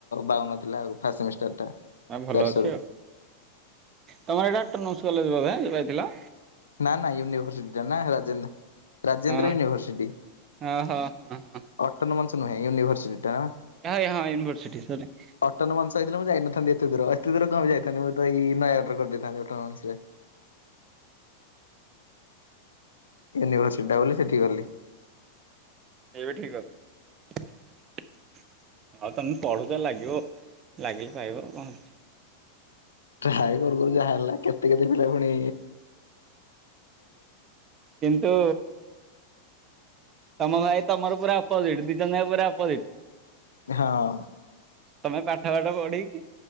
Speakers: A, on the left; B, on the right.
A: ବାଉନ ଥିଲା ଆଉ ଫାଷ୍ଟ ସେମିଷ୍ଟାର ଟା
B: ଭଲ
A: ଚାରିଶହରୁ
B: ଅଛି ଆଉ ତମର ଏଇଟା ଅଟୋନୋମସ କଲେଜ ବୋଧେ ଥିଲା?
A: ନା ନା ୟୁନିଭର୍ସିଟିଟା ନା ରାଜେନ୍ଦ୍ର ରାଜେନ୍ଦ୍ର
B: ହଁ
A: ୟୁନିଭରସିଟି
B: ହଁ ହଁ ହଁ।
A: ଅଟୋନୋମସ ନୁହେଁ ୟୁନିଭରସିଟି ଟା ନା
B: ହଁ ହଁ ୟନଭର୍ସିଟି ସରି।
A: ଅଟୋନୋମସ ହେଇଥିଲେ ମୁଁ ଯାଇଥାନ୍ତି ଏତେ ଦୂର ଏତେ ଦୂର କଣ ବି ଯାଇଥାନ୍ତି ମୁଁ ତ ଏଇ ନୟାଗଡ଼ ରେ କରିଦେଇଥାନ୍ତି ଅଟୋନୋମସ ରେ। ୟୁନିଭର୍ସିଟିଟା ବୋଲି ସେଠିକୁ ଗଲି।
B: ଇଏବି ଠିକ କଥା। ହଉ ତମେ ପଢୁଛ ଲାଗିବ ଲାଗିଲେ ପାଇବ ଆଉ କଣ?
A: ଟ୍ରାଏ କରୁ କରୁ ଯାହା ହେଲା କେତେ କେତେ ପିଲା ପୁଣି
B: କିନ୍ତୁ ତମ ଭାଇ ତମର ପୁରା ଅପୋଜିଟ ଦିଜନ ପୁରା ଅପୋଜିଟ।
A: ହଁ
B: ତମେ ପାଠ ପାଠ ପଢେଇକି